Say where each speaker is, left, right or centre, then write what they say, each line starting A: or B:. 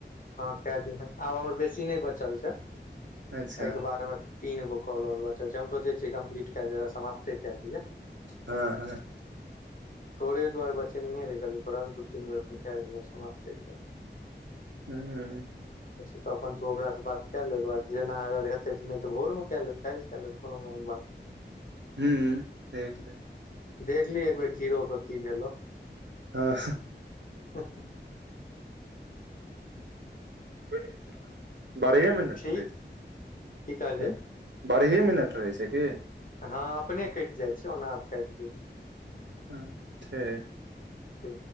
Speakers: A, on the left (about 45°); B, on the right (about 75°).
A: कए दिहे आब हमर बेसी नहि बचल छै एहि
B: अच्छा
A: केँ बाद हमर तीन गो कॉल आउर बचल छै हम सोचै छीयै कम्प्लीट कैय दिये समाप्ते केँ दिये
B: हँ हँ
A: तोरे दुआरे बचेनहे रहियै कहलीयै तोरा सँ दू तीन बेरा कैय लेबै ओकेँ बाद समाप्ते कऽ देबै
B: हूँ
A: अच्छा तऽ अपन तू ओकरासँ बात कए लेऽ ओहिकेँ बाद जेना अगर हेतै तऽ नय तऽ भोर मऽ कैय लेब काल्हि कय लेब कोनो एहन बात नय
B: हूँ देख लेब
A: देखलही एक बेर घीरो केँ की भेलौ
B: हँ
A: <inaudible>
B: <unintelligible> बरहे मिनट
A: ठीक
B: रहे छै
A: की कहली
B: बारहे मिनट रहै छै की
A: हँ अपने कटि जाइ छै ओना आब काटि दै छी
B: हँ ठीक
A: ठीक